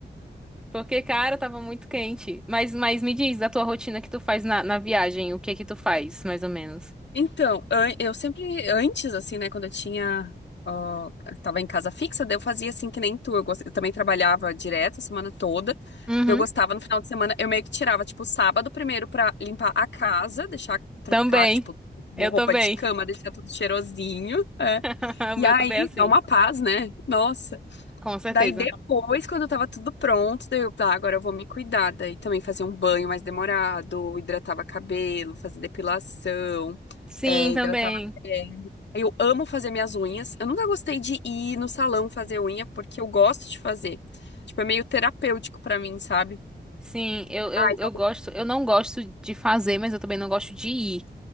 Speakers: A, in the centre; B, on the left.
A: Porque, cara, tava muito quente. Mas, mas me diz da tua rotina que tu faz na, na viagem, o que que tu faz, mais ou menos?
B: Então, an- eu sempre, antes, assim, né, quando eu tinha, ó, eu tava em casa fixa, daí eu fazia assim que nem tu, eu, gos- eu também trabalhava direto a semana toda,
A: Uhum.
B: daí eu gostava no final de semana, eu meio que tirava, tipo, sábado primeiro pra limpar a casa, deixar, trocar,
A: Também.
B: tipo,
A: Eu
B: roupa
A: também.
B: de cama, deixar tudo cheirosinho, é.
A: <laughs> O meu
B: E aí,
A: também é assim.
B: dá uma paz, né? Nossa.
A: Com certeza.
B: Daí depois, quando tava tudo pronto, daí eu, tá, agora eu vou me cuidar. Daí também fazer um banho mais demorado, hidratava cabelo, fazia depilação,
A: Sim,
B: é,
A: também.
B: hidratava pele. Eu amo fazer minhas unhas. Eu nunca gostei de ir no salão fazer unha, porque eu gosto de fazer. Tipo, é meio terapêutico pra mim, sabe?
A: Sim, eu, eu,
B: Ai,
A: eu
B: eu-
A: gosto, eu não gosto de fazer, mas eu também não gosto de ir.